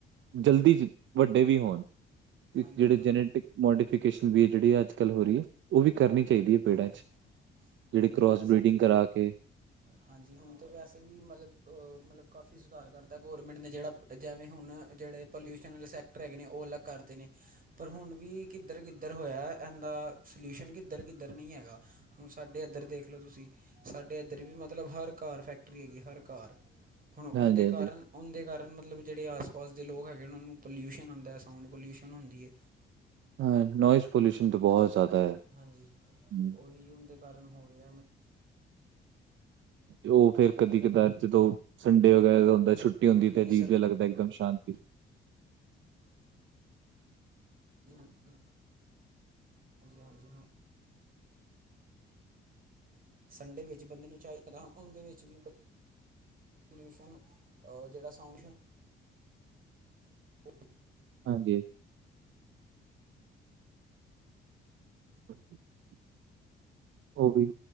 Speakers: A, on the right (about 70°); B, on the right (about 45°).
A: ਜਲਦੀ ਵੱਡੇ ਵੀ ਹੋਣ ਜਿਹੜੇ
B: ਹਾਂਜੀ
A: ਜੈਨੇਟਿਕ
B: ਹਾਂਜੀ
A: ਮੋਡੀਫਿਕੇਚ ਜਿਹੜੀ ਅੱਜ-ਕੱਲ੍ਹ ਹੋ ਰਹੀ ਏ। ਉਹ ਵੀ ਕਰਨੀ ਚਾਹੀਦੀ ਹੈ ਪੇੜਾਂ
B: ਹਾਂਜੀ
A: ਚ ਜਿਹੜੇ
B: ਹੁਣ
A: ਕਰੋਸ
B: ਤਾਂ ਵੈਸੇ
A: ਬਰੀਡਿੰਗ
B: ਵੀ
A: ਕਰਾ ਕੇ
B: ਹਾਂਜੀ ਹੁਣ ਤੇ ਵੈਸੇ ਵੀ ਮਤਲਬ ਮਤਲਬ ਕਾਫੀ ਸੁਧਾਰ ਕਰਤਾ ਗੌਰਮੈਂਟ ਨੇ ਜਿਹੜਾ ਜਿਵੇਂ ਹੁਣ ਜਿਹੜੇ ਪੋਲਿਊਸ਼ਨ ਵਾਲੇ ਸੈਕ ਟਰ ਨੇ ਉਹ ਅਲੱਗ ਕਰਤੇ ਨੇ ਪਰ ਹੁਣ ਵੀ ਕਿੱਧਰ-ਕਿੱਧਰ ਹੋਇਆ ਇਦਾ ਸਲਿਊਸ਼ਨ ਕਿੱਧਰ-ਕਿੱਧਰ ਨਹੀਂ ਹੈਗਾ। ਹੁਣ ਸਾਡੇ ਐਧਰ ਦੇਖ ਲਓ ਤੁਸੀਂ- ਸਾਡੇ ਇੱਧਰ ਵੀ ਮਤਲਬ ਹਰ ਘਰ ਫੈਕਟਰੀ ਹੈਗੀ ਹਰ ਘਰ ਹੁਣ ਉਹਦੇ
A: ਹਾਂਜੀ,
B: ਕਾਰਨ
A: ਹਾਂਜੀ
B: ਉਹਂਦੇ ਕਾਰਨ ਮਤਲਬ ਜਿਹੜੇ ਆਸ-ਪਾਸ ਦੇ ਲੋਕ ਹੈਗੇ ਉਹਨਾਂ ਨੂੰ ਪੋਲਿਊਸ਼ਨ ਹੂੰਦਾ ਸਾਊਂਡ ਪੋਲਿਊਸ਼ਨ ਹੁੰਦੀ ਏ।
A: ਹਾਂ ਨੋਇਸ ਪੋਲਿਊਸ਼ਨ ਤਾਂ ਬਹੁਤ ਜ਼ਿਆਦਾ ਹੈ।
B: ਹਾਂਜੀ
A: ਹੂੰ,
B: ਉਹੀ ਉਹਂਦੇ ਕਾਰਨ ਹੋ ਰਿਹਾ।
A: ਉਹ ਫੇਰ ਕਦੀ
B: ਕਿ
A: ਕਦਾਰ ਜਦੋਂ ਸੰਡੇ ਵਗੈਰਾ ਦਾ ਹੁੰਦਾ ਛੁੱਟੀ ਹੁੰਦੀ ਤੇ
B: ਹਾਂਜੀ
A: ਅਜੀਬ ਜਿਹਾ ਲੱਗਦਾ ਇੱਕਦਮ ਸ਼ਾਂਤ।
B: ਹਾਂਜੀ ਹਾਂਜੀ ਹਾਂ ਸੰਡੇ ਵਿੱਚ ਬੰਦੇ ਨੂੰ ਚਾਹੀਦਾ ਹਨ ਉਦੇ ਵਿੱਚ ਵੀ। ਗਏ ਸਨ ਜਿਹੜਾ ਸਾਊਂਡ। <unintelligible>
A: ਹਾਂਜੀ। ਹ <unintelligible> ਉਹ ਵੀ